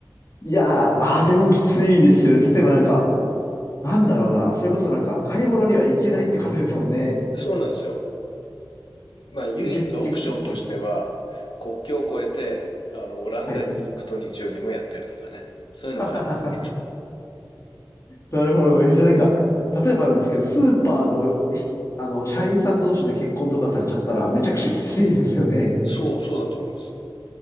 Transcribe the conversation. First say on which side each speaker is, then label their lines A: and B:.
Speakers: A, on the left; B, on the left.
A: いやー、まあでもきついですよね。例えばなんか、なんだろうな。それこそなんか、買い物には行けないってことですもんね。
B: そうなんですよ。まあ、唯一オプションとしては、
A: え、じゃあ逆に、はい。
B: 国境を越えて、あの、オランダに行くと日曜日もやってるとかね。
A: はい。
B: そういうのはあるんですけど。
A: <laughs> なるほどね。じゃあなんか、例えばなんですけど、スーパーの、ひあの、社員さん同士で結婚とかされちゃったら、めちゃくちゃきついですよね。
B: そう、そうだと思います。